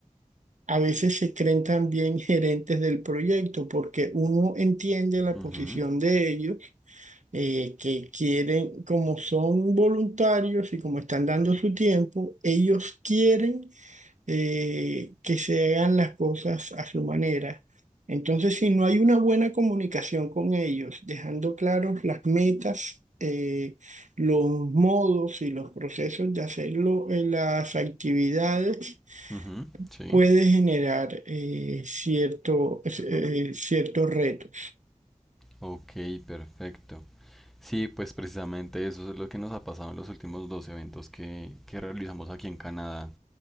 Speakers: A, on the right; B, in the centre.
A: a veces se creen también <laughs> gerentes del proyecto porque uno entiende la
B: ujú,
A: posición de ellos, eh, que quieren, como son voluntarios y como están dando su tiempo, ellos quieren eh, que se hagan las cosas a su manera. Entonces, si no hay una buena comunicación con ellos, dejando claros las metas, eh, los modos y los procesos de hacerlo, eh, las actividades,
B: ujú, Sí.
A: puede generar eh, cierto, eh, ciertos retos.
B: Ok, perfecto. Sí, pues precisamente eso es lo que nos ha pasado en los últimos dos eventos que, que realizamos aquí en Canadá